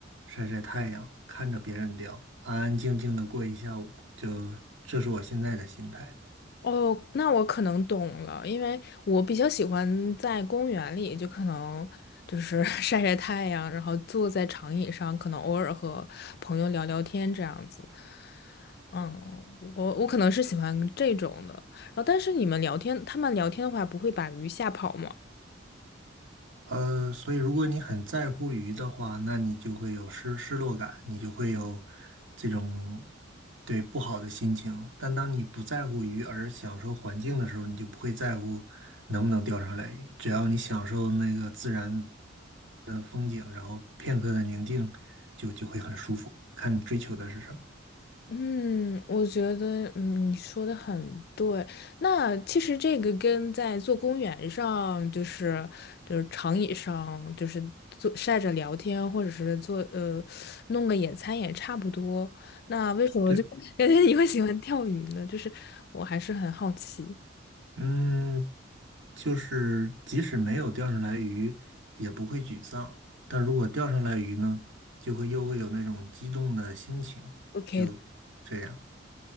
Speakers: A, on the right; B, on the left.
A: 晒晒太阳，看着别人钓，安安静静的过一下午，就这是我现在的心态。
B: <laughs> 哦，那我可能懂了，因为我比较喜欢在公园里，就可能就是 <laughs> 晒晒太阳，然后坐在长椅上，可能偶尔和朋友聊聊天这样子。嗯，我我可能是喜欢这种的。然后，但是你们聊天，他们聊天的话，不会把鱼吓跑吗？
A: 呃，所以如果你很在乎鱼的话，那你就会有失失落感，你就会有这种对不好的心情。但当你不在乎鱼而享受环境的时候，你就不会在乎能不能钓上来鱼。只要你享受那个自然的风景，然后片刻的宁静，就就会很舒服。看你追求的是什么。
B: 嗯，我觉得嗯你说的很对。那其实这个跟在做公园上，就是就是长椅上，就是坐晒着聊天，或者是做呃弄个野餐也差不多。那为什么就
A: 对，
B: <laughs> 感觉你会喜欢钓鱼呢？就是我还是很好奇。
A: 嗯，就是即使没有钓上来鱼，也不会沮丧。但如果钓上来鱼呢，就会又会有那种激动的心情，
B: OK。
A: 就这样，